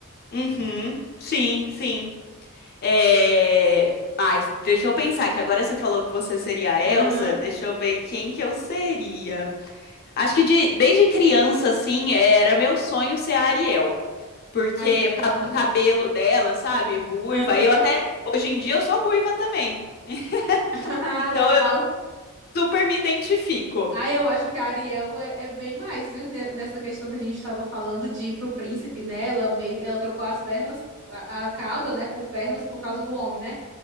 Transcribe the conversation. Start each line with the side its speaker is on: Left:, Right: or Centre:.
Left: Uhum. Sim, sim. É... Ai, deixa eu pensar, que agora você falou que você seria a Elsa,
Right: Aham,
Left: deixa eu ver quem que eu seria. Acho que de- desde criança, assim, era meu sonho ser a Ariel. Porque,
Right: Ariel.
Left: por causa do cabelo dela, sabe? Ruiva.
Right: aham.
Left: E eu até, hoje em dia, eu sou ruiva também. <laughs>
Right: <laughs> Ah,
Left: Então,
Right: legal.
Left: eu super me identifico.
Right: Ah, eu acho que a Ariel é, é bem mais, viu? Ne- Nessa questão que a gente estava falando de ir pro príncipe, né? Ela meio, ela trocou as pernas, a, a cauda, né, por pernas por causa do homem, né?